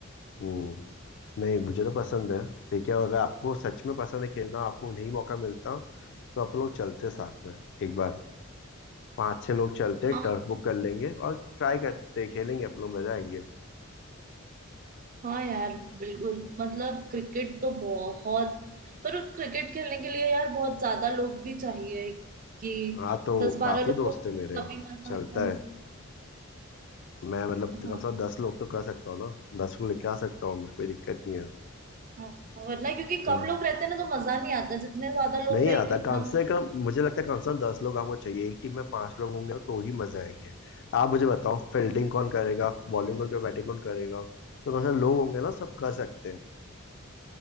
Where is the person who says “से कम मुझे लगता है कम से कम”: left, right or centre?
Left